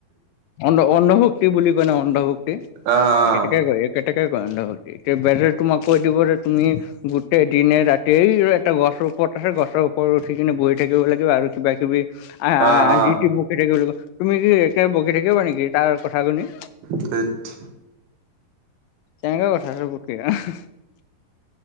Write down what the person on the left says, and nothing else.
অন্ অন্ধভক্তি বুলি কয় ন অন্ধভক্তি
একেটকে কয় একেটকে কয় অন্ধভক্তি এতিয়া বেজে তোমাক কৈ দিব যে তুমি গোটেই দিনে ৰাতিয় এটা গছৰ ওপৰত তাৰ পিছত গছৰ ওপৰত উঠি কিনে বহি থাকিব লাগিব আৰু কিবা কিবি আজি
বকি থাকিব লাগিব। তুমি কি একে বকি থাকিবা নেকি তাৰ কথা শুনি।
চেংঙা কথা কুটক <unintelligible>